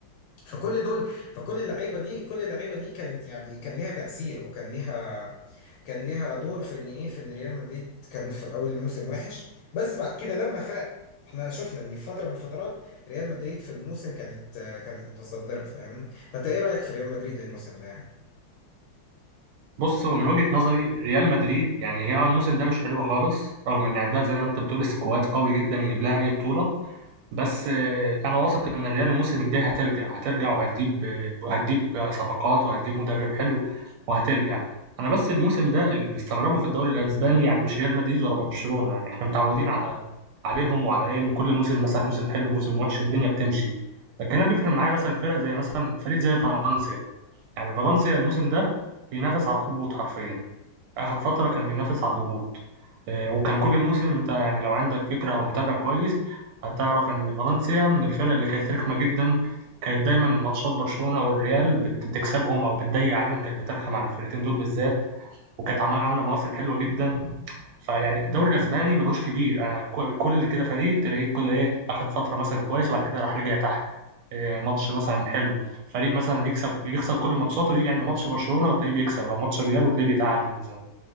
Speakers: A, on the left; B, on the right.
A: فكل دول فكل اللعيبه دي كل اللعيبه دي كانت يعني كان ليها تاثير وكان ليها كان ليها دور في ان ايه في ان ريال مدريد كان في اول الموسم وحش بس بعد كده لما فاق احنا شفنا ان في فتره من الفترات ريال مدريد في الموسم كانت كانت متصدره فاهمني فانت ايه رايك في ريال مدريد الموسم ده يعني
B: بص هو من وجهة نظري ريال مدريد يعني هي أول الموسم ده مش حلوة خالص رغم إن عندها زي ما أنت بتقول سكواد قوي جدا يجيب لها أي بطولة بس آه، انا واثق ان الريال الموسم الجاي هترجع هترجع وهتجيب آه، وهتجيب آه، صفقات وهتجيب مدرب حلو وهترجع انا بس الموسم ده اللي مستغربه في الدوري الاسباني يعني مش ريال مدريد ولا برشلونة يعني احنا متعودين على عليهم وعلى ايه ان كل موسم مثلا موسم حلو موسم وحش والدنيا بتمشي لكن انا بيفرق معايا مثلا فرق زي مثلا فريق زي فالنسيا يعني فالنسيا الموسم ده بينافس على الهبوط حرفيا آخر فترة كان بينافس على الهبوط آه، وكان كل موسم أنت يعني لو عندك فكرة أو متابع كويس هتعرف إن فالنسيا من الفرق اللي كانت رخمة جدا كانت دايما ماتشات برشلونة والريال بت- بتكسبهم أو بتضيق عليهم كانت بترخم على الفرقتين دول بالذات وكانت عم- عاملة مواسم حلوة جدا فيعني الدوري الأسباني ملوش كبير أنا ك- كل كده فريق تلاقيه كده إيه أخد فترة مثلا كويس وبعد كده راح رجع تحت إيه، ماتش مثلا حلو فريق مثلا يكسب يخسر كل ماتشاته ويجي عند ماتش برشلونة وتلاقيه بيكسب او ماتش الريال وتلاقيه بيتعادل مثلا